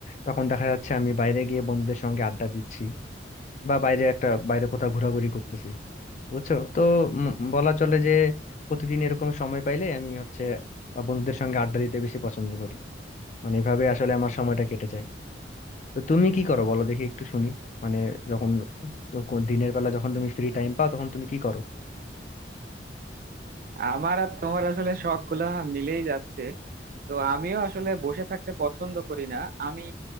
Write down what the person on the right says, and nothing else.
আমার আর তোমার আসলে শখ গুলা মিলেই যাচ্ছে তো আমিও আসলে বসে থাকতে পছন্দ করি না আমি